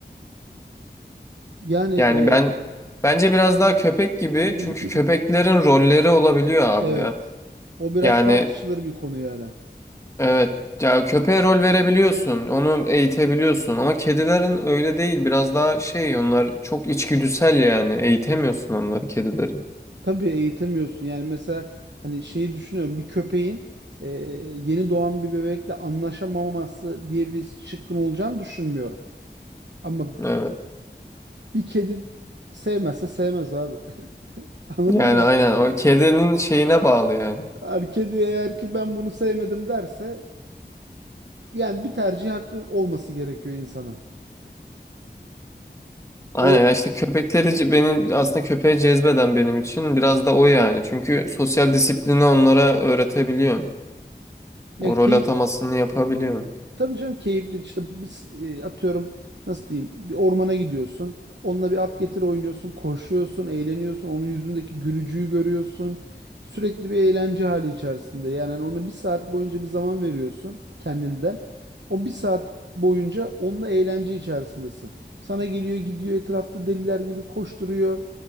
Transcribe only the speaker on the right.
Yani e,
<clears throat>
evet.
O biraz
tartışılır bir konu yani.
Tabii eğitemiyorsun. Yani mesela hani şeyi düşünüyorum. Bir köpeğin e, yeni doğan bir bebekle anlaşamaması diye bir şıkkın olacağını düşünmüyorum. Ama
bir kedi sevmezse sevmez abi. <laughs> Anladın
mı?
Yani kedi eğer ki ben bunu sevmedim derse yani bir tercih hakkı olması gerekiyor insanın. O
ya
keyif
Tabii canım keyifli işte biz, e, atıyorum nasıl diyeyim bir ormana gidiyorsun. Onunla bir at getir oynuyorsun, koşuyorsun, eğleniyorsun. Onun yüzündeki gülücüğü görüyorsun. Sürekli bir eğlence hali içerisinde. Yani hani ona bir saat boyunca bir zaman veriyorsun kendinden. O bir saat boyunca onunla eğlence içerisindesin. Sana geliyor gidiyor etrafta deliler gibi koşturuyor.